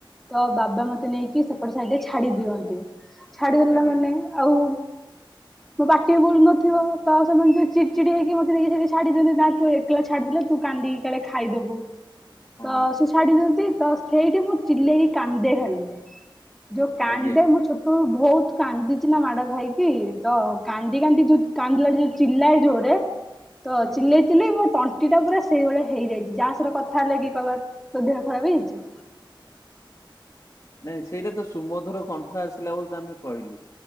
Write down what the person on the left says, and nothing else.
ଆଜ୍ଞା
ହଁ
ଆଜ୍ଞା
ହୁଁ
ନାଇଁ ସେଇଟା ତ ସୁମଧୁର କଣ୍ଠ ଆସିଲା ବୋଲି ତ ଆମେ କହିଲୁ।